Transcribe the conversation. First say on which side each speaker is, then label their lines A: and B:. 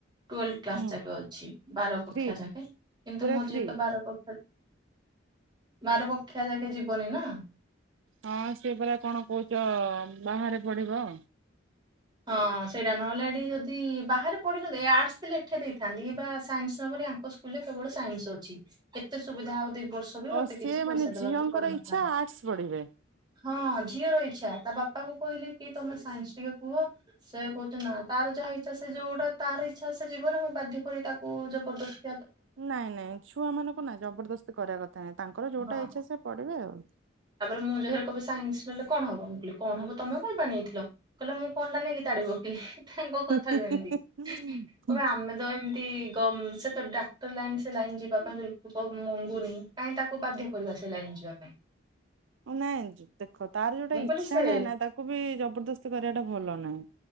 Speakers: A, on the right; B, on the right.
A: ଟୁଏଲଭ କ୍ଲାସ
B: ହୁଁ।
A: ଯାକେ ଅଛି ବାର କକ୍ଷ
B: ଫ୍ରି
A: ଯାକେ କିନ୍ତୁ
B: ପୁରା
A: ମୁଁ
B: ଫ୍ରି
A: ଯେହେତୁ ବାର କ ବାର ପକ୍ଷିଆ ଯାକେ ଯିବନି ନା
B: ହଁ ସେ ପ କଣ କହୁଛ ବାହାରେ ପଢିବ
A: ହଁ ସେଇଟା ନହଲେ ଏଠି ଯଦି ବାହାରେ <unintelligible> ପଢିନନ୍ତି <unintelligible> ଆର୍ଟସ ଥିଲେ ଏଠି ଦେଇଥାନ୍ତି ଏବା ସାଇନ୍ସ <unintelligible> ନ ପଢି ସେ ସ୍କୁଲରେ କେବଳ ସାଇନ୍ସସି ଅଛି କେତେ ସୁବିଧା ବର୍ଷ ବି ମତେ
B: ଓ ସିଏ
A: କିଛି ପଇସା
B: ମାନେ
A: ଦେବାକୁ
B: ଝିଅଙ୍କର
A: ପଡିନଥାନ୍ତା।
B: ଇଚ୍ଛା ଆର୍ଟସ ପଢିବେ
A: ହଁ ଝିଅର ଇଚ୍ଛା ତା ବାପା କୁ କହିଲେ କି ତମେ ସାଇନ୍ସ ନିଅ। କୁହ ସେ କହୁଛନ୍ତି ନା ତାର ଯାହା ଇଚ୍ଛା ସେ ଯୋଉଟା ତାର ଇଚ୍ଛା ସେ ଯିବ ନା ମୁଁ ବାଧ୍ୟ କରି ତାକୁ ଜବରଦସ୍ତ।
B: ନାଇଁ ନାଇଁ ଛୁଆ ମାନଙ୍କୁ ନାଇଁ ଜବରଦସ୍ତି କରିବା କଥା ନାଇଁ ତାଙ୍କର ଯୋଉଟା
A: ହଁ
B: ଇଛା ସେ ପଢିବେ ଆଉ।
A: ମୁଁ ଯାହାକୁ ବି ସାଙ୍ଗ ନହେଲେ କଣ ହବ ମୁଁ କହିଲି କଣ ହବ ତମେ କଣ ପାଇଁ ନେଇଥିଲ କହିଲେ ମୁଁ କଣ ଟା ନେଇକି ତାଡିପକେଇବି କ? ତାଙ୍କ କଥା
B: ଆଉ।
A: କେମିତି କ ଆମେ ତ ଏମତି ସେ ତ ଡାକ୍ତର ଲାଇନ ସେ ଲାଇନ୍ ଯିବା ପାଇଁ ବିଲକୁଲ ମଙ୍ଗୁନି କାହିଁ ତାକୁ ବାଧ୍ୟ କରୁ- ବସ ଲାଇନ୍ ଯିବା ପାଇଁ
B: ନାଇଁ ଦେଖ ତାର ଯୋଉଟା
A: ମୁଁ
B: ଇଛା
A: କହିଲି ସେ
B: ନାହିଁ ନା ତାକୁ ବି ଜବରଦସ୍ତି କରିବାଟା ଭଲ ନାହିଁ